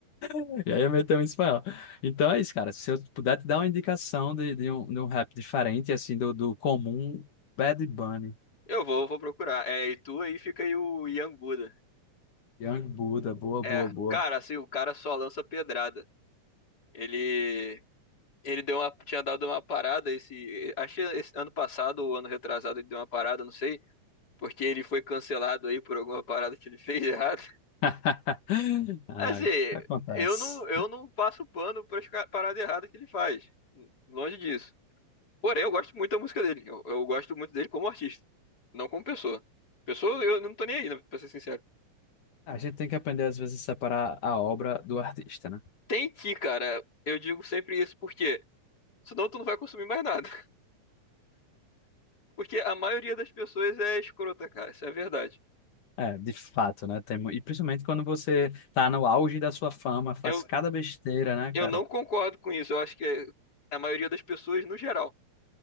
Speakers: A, on the left (about 85°); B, on the left (about 30°).
A: <laughs> E aí eu meto um espanhol. Então é isso, cara. Se eu puder te dar uma indicação de, de um, de um rap diferente, assim, do, do comum, Bad Bunny,
B: Eu vou, vou procurar. É, e tu aí fica aí o Ian Buda.
A: Young Buddha, boa,
B: É,
A: boa, boa.
B: cara, assim, o cara só lança pedrada. Ele Ele deu uma, tinha dado uma parada esse, acho que esse ano passado ou ano retrasado ele deu uma parada, não sei, porque ele foi cancelado aí por alguma parada que ele <laughs> fez errado.
A: <laughs> Ai,
B: Assim,
A: o que acontece?
B: eu não, eu não passo pano para as paradas erradas que ele faz, longe disso. Porém, eu gosto muito da música dele. Eu, eu gosto muito dele como artista, não como pessoa. Pessoa, eu não tô nem aí, né, pra ser sincero.
A: A gente tem que aprender, às vezes, a separar a obra do artista, né?
B: Tem que, cara, eu digo sempre isso porque senão tu não vai consumir mais nada. <laughs> Porque a maioria das pessoas é escrota, cara, isso é verdade.
A: É, de fato, né? Tem, mu- e principalmente quando você tá no auge da sua fama, faz
B: Eu
A: cada besteira, né,
B: Eu
A: cara?
B: não concordo com isso. Eu acho que é, a maioria das pessoas, no geral,